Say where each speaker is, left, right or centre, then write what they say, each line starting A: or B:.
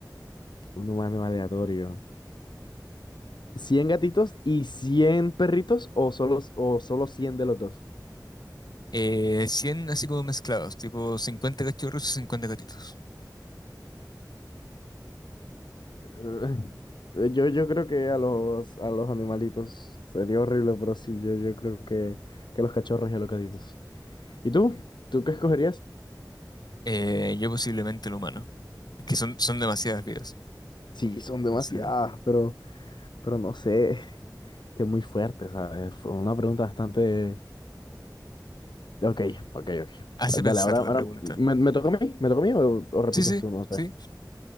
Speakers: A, on the left (about 80°); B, on the left (about 65°).
A: Un humano aleatorio. Cien gatitos y 100 perritos o solo, o solo 100 de los dos?
B: Eh, 100 así como mezclados, tipo 50 cachorros y 50 gatitos.
A: <laughs> Eh, Yo, yo creo que a los, a los animalitos sería horrible, pero sí, yo, yo creo que, que a los cachorros y a los gatitos. ¿Y tú? ¿Tú qué escogerías?
B: Eh, yo posiblemente el humano. Es que son, son demasiadas vidas.
A: Sí, son demasiadas,
B: Entonces,
A: pero, pero no sé, <laughs> que es muy fuerte, ¿sabes? Fue una pregunta bastante... Ok, ok, ok.
B: hace
A: Dale,
B: pensar
A: ahora,
B: la
A: ahora
B: pregunta.
A: ¿me, me toca a mí? ¿Me toca a mí o, o repites
B: Sí, sí,
A: tú? No sé.
B: sí,